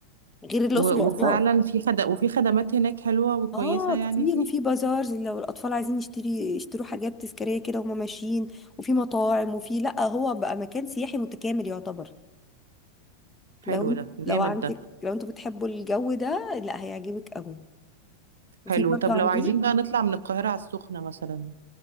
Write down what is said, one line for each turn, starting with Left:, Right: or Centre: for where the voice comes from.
Left: غير الأقصر
Right: و
Left: وأسوان
Right: وفعلًا في خد وفي خدمات هناك حلوة وكويسة
Left: اه كتير
Right: يعني فيه؟
Left: وفي بازار لو الاطفال عايزين يشتري يشتروا حاجات تذكاريه كده وهم ماشيين وفي مطاعم وفي لا هو بقى مكان سياحي متكامل يعتبر لو
Right: حلو
Left: انت
Right: ده،
Left: لو
Right: جامد
Left: عندك
Right: ده،
Left: لو انتوا بتحبوا الجو ده لا هيعجبك قوي وفي
Right: حلو.
Left: برضه
Right: طب
Left: عندنا
Right: لو عايزين بقى نطلع من القاهرة على السخنة مثلًا،